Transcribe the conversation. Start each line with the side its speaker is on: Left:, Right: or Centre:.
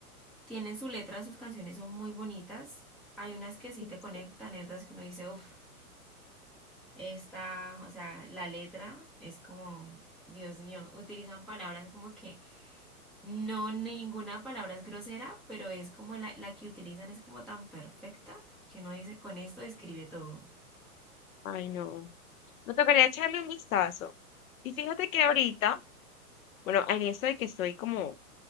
Centre: tienen su letra, sus canciones son muy bonitas. Hay unas que sí
Left: Sí,
Centre: te conectan,
Left: sí.
Centre: hay otras que uno dice, uff, esta, o sea, la letra es como, Dios mío, utilizan palabras como que no, ninguna palabra es grosera, pero es como la, la que utilizan es como tan perfecta que uno dice, con esto describe todo.
Left: Ay, no. Me tocaría echarle un vistazo. Y fíjate que ahorita, bueno, en esto de que estoy como,